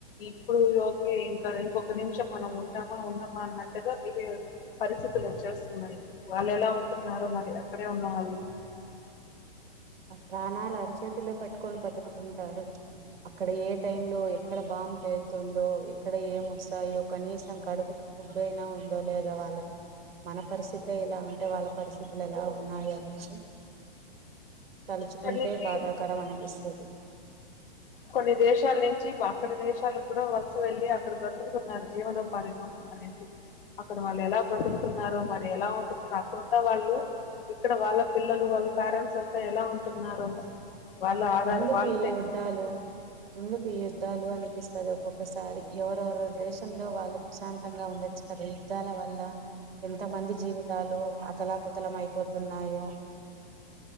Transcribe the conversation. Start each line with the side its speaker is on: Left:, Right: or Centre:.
Left: ఇప్పుడు ఓకే ఇంకా ఇంకొక నిమిషం మనం ఉంటామా ఉండమా అన్నట్టుగా బిహేవ్ పరి పరిస్థితులు వచ్చేస్తున్నాయి వాళ్ళు ఎలా ఉంటున్నారో మరి అక్కడే ఉన్నవాళ్ళు
Right: ప్రాణాలు అరి చేతిల్లో పట్టుకొని బతుకుతుంటారు అక్కడ ఏ టై లో ఎక్కడ బాంబ్ పేల్తుందో ఎక్కడ ఏం వస్తాయో కనీసం కడుపుకి ఫుడ్ డు అయినా ఉందో లేదా వాళ్ళకి మన పరిస్థితే ఇలా ఉంటే వాళ్ళ పరిస్థితులు ఎలా ఉన్నాయి అనేది తలుచుకుంటే
Left: ఇక్కడి నుంచి
Right: బాధాకరం అనిపిస్తది
Left: కొన్ని దేశాల నుంచి అ అక్కడి దేశాలకు కూడా వలస వెళ్ళలి అక్కడ బ్రతుకుతున్నారు జీవనోపాధి కోసం అనేసి అక్కడ వాళ్ళు ఎలా బ్రతులుతున్నారో మరి ఎలా ఉంటున్నారు అక్కడున్న వాళ్ళు ఇక్కడ వాళ్ళ పిల్లలు వాళ్ళ పేరెంట్స్ అంతా ఎలా ఉంటున్నారో వాళ్ళ ఆధార్
Right: ఎందుకు
Left: వాళ్ళ
Right: ఈ యుద్ధాలు ఎందుకు ఈ యుద్ధాలు అనిపిస్తది ఒక్కొక్కసారి ఎవరెవరో జెస్ తుమ్లో వాళ్ళు ప్రశాంతంగా ఉండొచ్చు కదా యుద్ధాల వల్ల ఎంతమంది జీవితాలు అతలాకుతలం అయిపోతున్నాయో